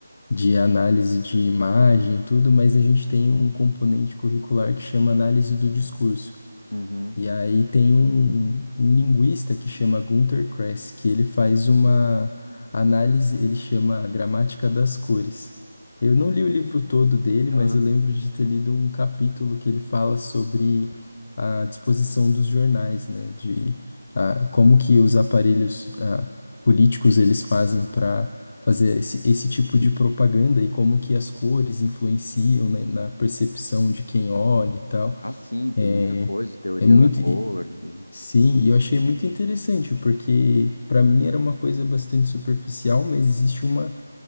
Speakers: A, on the left (about 40°); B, on the left (about 75°).
A: de análise de imagem e tudo, mas a gente tem um componente curricular que chama análise do discurso.
B: Uhum.
A: E aí tem um, um um linguista que chama Gunter Kress, que ele faz uma análise, ele chama a Gramática das Cores. Eu não li o livro todo dele,
B: Ah,
A: mas eu lembro de ter lido um capítulo que ele fala sobre a disposição dos jornais, né? De ah, como que os aparelhos ah, políticos eles fazem para fazer esse, esse tipo de propaganda e como que as cores influenciam, né, na percepção de quem olha e tal.
B: ah, sim, tem
A: É,
B: muita coisa, teoria
A: é muito.
B: da cor.
A: e-
B: e-
A: Sim, e eu achei muito interessante, porque para mim era uma coisa bastante superficial, mas existe uma,